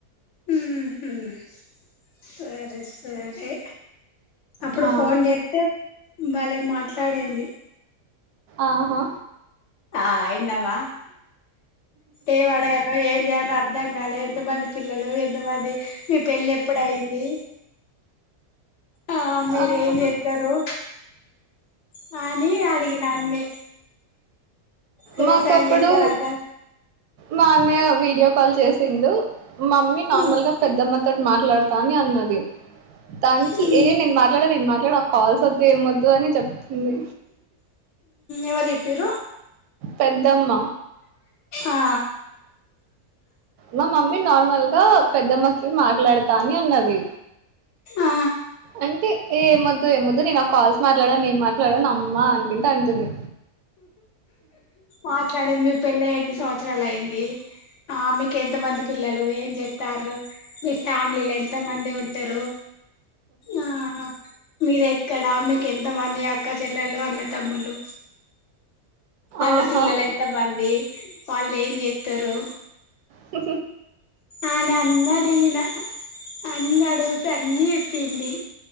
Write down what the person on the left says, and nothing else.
మ్మ్ హ్మ్ సరే సరే అప్పుడు
ఫోన్ చేస్తే బలే మాట్లాడింది
ఆ విన్నావా ఏ వాడగను ఏం జాయిన్ అర్ధం కాల ఎంత మంది పిల్లలు ఎంతమంది మీ పెళ్లి ఎప్పుడు అయింది ఆ మీరు
ఏం చెప్పతారు నా నీ అడిగిన్న అన్ని వ్యవసాయం
చేస్తారట
ఆ
ఉమ్
ఎవరు చెపిరు
అ
ఆ
మాట్లాడంది పెళ్లై ఎన్ని సంవత్సరాలు అయింది. ఆమెకి ఎంత మంది పిల్లలూ ఏం చేత్తార్రు మీ ఫ్యామిలీలో ఎంత మంది ఉంట్ టరూ ఆ మీదెక్కడా మీక్ ఎంత మంది అక్కా చెల్లెళ్ళు అన్నా తమ్ముళ్ళు. వాళ్ళ
పిల్లల్ ఎంత మందీ వాళ్ళు ఏం చేత్తరూ.
ఆని అన్ని అడిగిన అన్ని అడుగుతే అన్నీ చెప్పిందీ.